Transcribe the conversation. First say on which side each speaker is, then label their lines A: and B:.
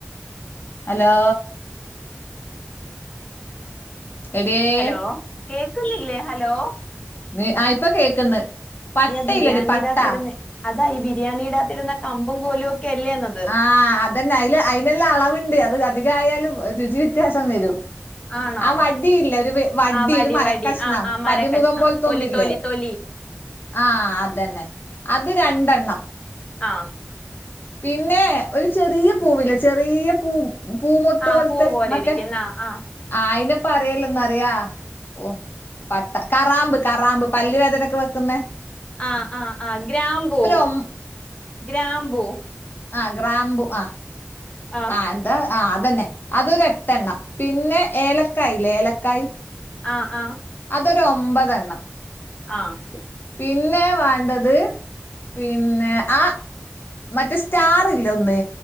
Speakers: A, on the left (about 50°); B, on the left (about 25°).
A: ഹലോ എടിയേ
B: ഹലോ കേക്കുന്നില്ലേ? ഹലോ
A: നി ആഹ് ഇപ്പൊ കേക്ക്ന്ന്. പട്ടയില്ലടി
B: ഇത് ആ ബിരിയാണിടകത്ത്
A: പട്ടാ
B: ഇടുന്നെ അതാ ഈ ബിരിയാണി ഇടാത്തിരുന്ന കമ്പും കോലും ഒക്കെ അല്ലേന്ന്.
A: ആഹ് അതന്നെ അയിൽ അയിന്ള്ള അളവ്ണ്ട്. അത് അധികയാലും രുചി വ്യത്യാസം വരും.
B: ആണോ
A: ആഹ് വടിയില്ലെ ഒരു വടി
B: ആ
A: ഒരു മരക്കഷ്ണം.
B: വടി ആ ആ മരക്കഷ്ണം
A: പതിമുഖം പോലത്തൊന്ന്
B: തൊലി
A: ഇല്ലേ?
B: തൊലി തൊലി
A: ആഹ് അതന്നെ. അത് രണ്ടെണ്ണം.
B: ആഹ്
A: പിന്നെ ഒരു ചെറിയ പൂവില്ലേ ചെറിയ പൂ- പൂ മുട്ട്
B: ആ
A: പോലത്തെ
B: പൂ പോലെ
A: മറ്റേ,
B: ഇരിക്കുന്ന ആ
A: ആ അയിനിപ്പ അറയില്ലന്ന അറിയാ ഓ പട്ട കറാമ്പ്. കറാമ്പ് പല് വേദനൊക്കെ- വെക്കുന്ന.
B: ആഹാ... ആഹാ... ആഹാ... ഗ്രാമ്പൂ
A: ഒം
B: ഗ്രാമ്പൂ.
A: ആഹാ ഗ്രാമ്പു ആഹാ.. !
B: ആ
A: ആഹാ എന്താ ആഹാ അതന്നെ, അതരു എട്ടെണ്ണം പിന്നെ, ഏലക്കായ്ല്ലേ ഏലക്കായ്.
B: ആഹാ.. ആഹാ...
A: അതൊരു ഒമ്പതെണ്ണം
B: ആഹാ... !
A: പിന്നെ വേണ്ടത് പിന്നെ ആഹാ, മറ്റേ സ്റ്റാർ ഇല്ലേഒന്ന്,